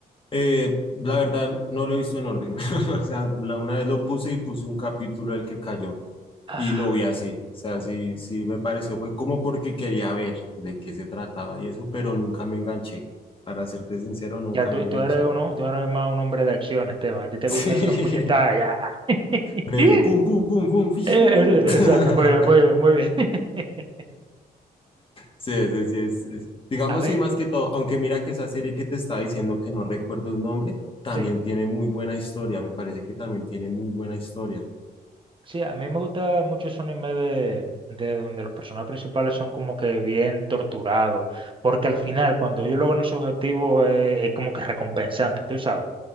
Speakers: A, on the left (about 30°); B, on the right (about 30°).
A: eh, la verdad no lo he visto en orden. <laughs> O sea, la una vez lo puse y puse un capítulo del que cayó
B: Ah,
A: y lo vi así. O sea, sí, sí me pareció, fue como porque quería ver de qué se trataba y eso, pero nunca me enganché. Para serte sincero, nunca
B: Ya tú,
A: me enganché.
B: tú eres uno, tú eres más un hombre de acción, Esteban, a ti te
A: <laughs>
B: gustan los puñetazos, ya. <laughs>
A: Sí, el pum, pum, pum, pum, fish,
B: Eh,
A: pum, pum.
B: eh, eh,
A: <laughs>
B: Exacto, muy bien, muy bien, muy bien. <laughs>
A: Sí, sí, sí, es, es- digamos
B: A ver,
A: sí, más que todo, aunque mira que esa serie que te estaba diciendo que no recuerdo el nombre, también
B: sí.
A: tiene muy buena historia, me parece que también tiene muy buena historia.
B: Sí, a mí me gusta mucho ese anime de, de donde los personajes principales son como que bien torturados, porque al final cuando ellos logran su objetivo eh, es como que recompensante, tú sabes.